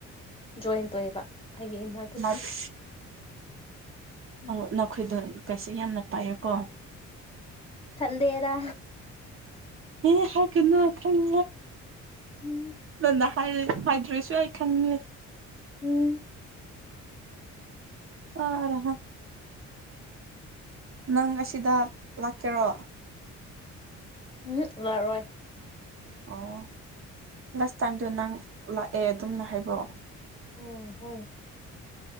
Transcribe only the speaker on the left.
ꯖꯣꯏꯟ ꯇꯧꯑꯦꯕ ꯑꯩꯒꯤ ꯏꯃꯥꯗꯨ
ꯎꯝ
ꯊꯗꯦꯗ
ꯎꯝ
ꯎꯝ
ꯎꯝ ꯂꯔꯣꯏ
ꯎꯝ ꯍꯣꯏ